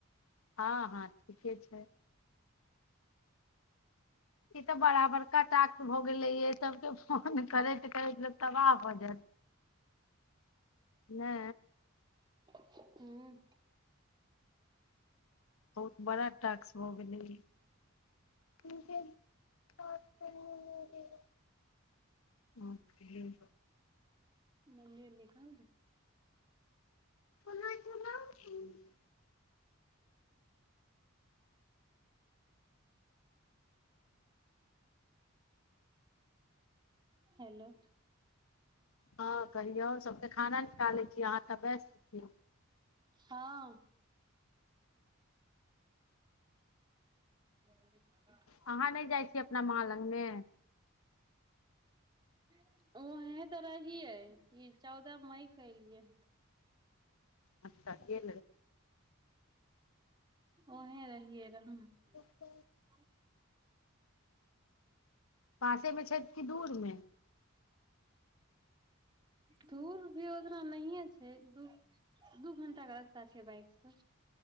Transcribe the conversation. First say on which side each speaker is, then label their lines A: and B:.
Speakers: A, on the left; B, on the right.
A: हँ-हँ ठीके छैय। ई तऽ बराबरका टास्क भऽ गेले य सबके फोन करैत-करैत लोक तबाह भऽ जेत नै
B: हुॅं
A: बहुत बड़ा टाक्स भऽ गेलै इ <unintelligible> ओर कहियो
B: मम्मी ओ निकाल दे
A: <unintelligible>
B: हेलो
A: हँ कहियो सबके खाना निकालें छी अहाँ तऽ व्यस्त छी।
B: हँऽ <unintelligible>
A: अहाँ नहि जाए छी अपना माँ लंग मे
B: <inaudible> ओहें तऽ रहियै ई चौदह मई कऽ एलिये
A: अच्छा गे
B: ओहें रहियै रहम
A: <unintelligible>
B: <unintelligible> <unintelligible>
A: पासेमे छै कि दूरमे
B: दूर भी ओतना नहिये छैय दूर दू घंटा कऽ रास्ता छैय बाइक सँ।